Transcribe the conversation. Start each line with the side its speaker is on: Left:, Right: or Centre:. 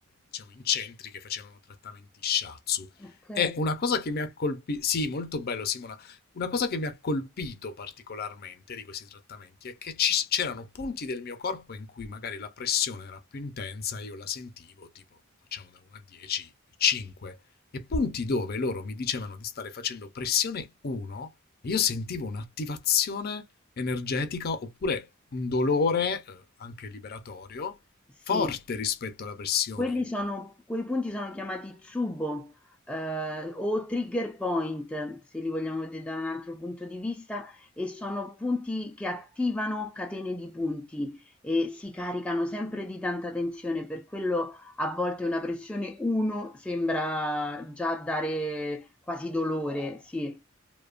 Left: diciamo, in centri che facevano trattamenti shiatsu.
Centre: Ok.
Left: E una cosa che mi ha colpito, sì, molto bello, Simona, una cosa che mi ha colpito particolarmente di questi trattamenti è che ci- c'erano punti del mio corpo in cui magari la pressione era più intensa, e io la sentivo, tipo, facciamo da 1 a 10, 5 e punti dove loro mi dicevano di stare facendo pressione 1 e io sentivo un'attivazione energetica oppure un dolore, eh, anche liberatorio,
Centre: Sì.
Left: forte rispetto alla pressione.
Centre: Quelli sono quei punti sono chiamati "tsubo", ehm, o trigger point, se li vogliamo vedere da un altro punto di vista, e sono punti che attivano catene di punti e si caricano sempre di tanta tensione, per quello a volte una pressione 1 sembra già dare quasi dolore, sì.